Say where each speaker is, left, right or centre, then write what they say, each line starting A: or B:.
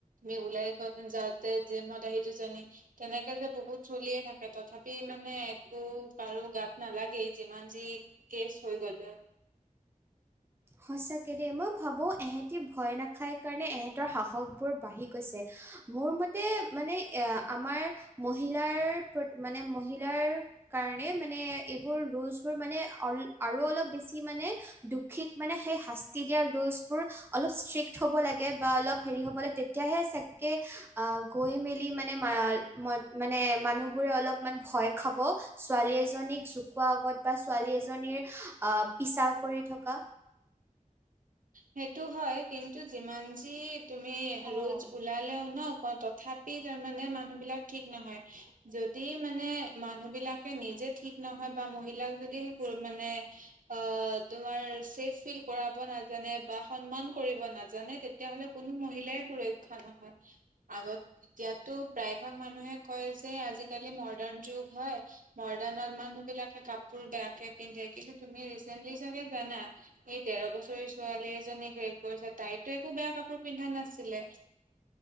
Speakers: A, on the right (about 75°); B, on the right (about 15°).
A: মি উওলাই কৰি যাতে যে মইত হেইটোজনী তেনেকে যে বহুত চলিয়ে থাকে তথাপি মানে একো কাৰু গাত নালাগেই। যিমান যি কেচ হৈ গলেও।
B: সঁচাকৈ দেই মই ভাবোঁ এহেতি ভয় নাখায় কাৰণে এহেঁতৰ সাহসবোৰ বাঢ়ি গৈছে। মোৰ মতে মানে এ আমাৰ মহিলাৰ প্ৰতি মানে মহিলাৰ কাৰণে মানে এইবোৰ ৰোলচোৰ মানে আৰু অলপ বেছি মানে দুখিক মানে সেই শাস্তি দিয়া ৰোলচবোৰ অলপ ষ্ট্ৰিক্ট হ'ব লাগে বা অলপ হেৰি হ'ব লাগে তেতিয়াহে চাগে আহ গৈ মেলি মানে মানে মানুহ বোৰে অলপমান ভয় খাব। ছোৱালী এজনীক জোকোৱা আগত বা ছোৱালী এজনীৰ আহ পিছা কৰি থকা।
A: সেইটো হয় কিন্তু যিমান যি তুমি
B: অ
A: ৰোলচ ওলালেও ন ক তথাপি তাৰমানে মানুহ বিলাক ঠিক নহয়। যদি মানে মানুহ বিলাকে নিজে ঠিক নহয় বা মহিলাক যদি সেবোৰ মানে অ' তোমাৰ চেফ ফিল কৰাব না জানে বা সন্মান কৰিব নাজানে তেতিয়াহ'লে কোনো মহিলাই সুৰক্ষা নহয়। আগত এতিয়াতো প্ৰায় ভাগ মানুহে কয় যে আজি-কালি মডাৰ্ণ যুগ হয় মডাৰ্ণৰ মানুহ বিলাকে কাপোৰ বেয়াকে পিন্ধে কিন্তু তুমি ৰিচেন্টলি চাগে জানা এই তেৰ বছৰেই ছো ছোৱালী এজনীক ৰেপ কৰিছে তাইতো একো বেয়া কাপোৰ পিন্ধা নাছিলে।